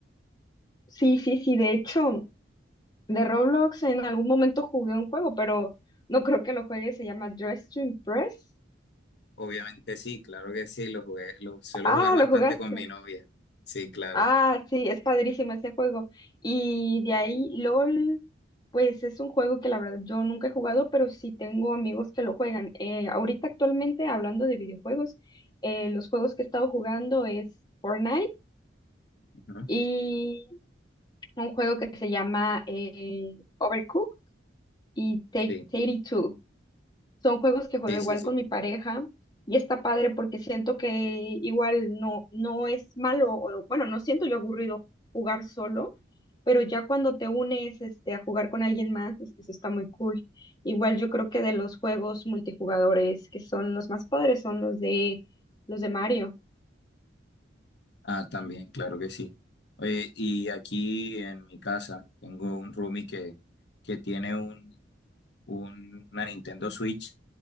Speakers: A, on the left; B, on the left.
A: sí, sí, sí. De hecho, de Roblox en algún momento jugué un juego, pero no creo que lo juegue. Se llama Dress to Impress.
B: Obviamente sí, claro que sí, lo jugué, lo suelo
A: Ah,
B: jugar bastante
A: lo jugaste.
B: con mi novia. Sí, claro.
A: Ah, sí, es padrísimo ese juego. Y de ahí, LOL, pues es un juego que la verdad yo nunca he jugado, pero sí tengo amigos que lo juegan. Eh, ahorita actualmente, hablando de videojuegos, eh, los juegos que he estado jugando es Fortnite
B: Ujú,
A: y un juego que se llama eh, Overcooked y Take
B: Sí,
A: Two. Son juegos que juego
B: sí,
A: igual
B: sí, sí.
A: con mi pareja y está padre porque siento que igual no, no es malo, o lo- bueno, no siento yo aburrido jugar solo, pero ya cuando te unes este, a jugar con alguien más, es- eso está muy cool. Igual yo creo que de los juegos multijugadores que son los más padres son los de los de Mario.
B: Ah, también, claro que sí. Oye, y aquí en mi casa tengo un roomie que, que tiene un, un- una Nintendo Switch